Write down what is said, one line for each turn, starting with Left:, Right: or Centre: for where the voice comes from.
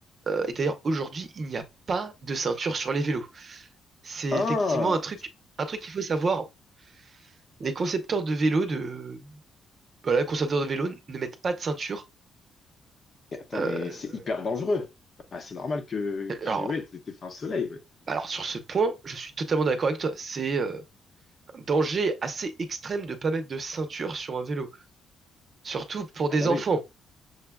Right: euh, et d'ailleurs aujourd'hui, il n'y a pas de ceinture sur les vélos. C'est effectivement
Left: Ah.
Right: un truc, un truc qu'il faut savoir. Les concepteurs de vélos de voilà, les concepteurs de vélos ne mettent pas de ceinture.
Left: Et Attends,
Right: Euh,
Left: mais c'est hyper dangereux. Ah, c'est normal que,
Right: alors,
Left: que ouais, t'es t'es fait un soleil. ouais.
Right: Alors sur ce point, je suis totalement d'accord avec toi. C'est euh, un danger assez extrême de pas mettre de ceinture sur un vélo, surtout pour
Left: Ah
Right: des
Left: bah
Right: enfants.
Left: oui.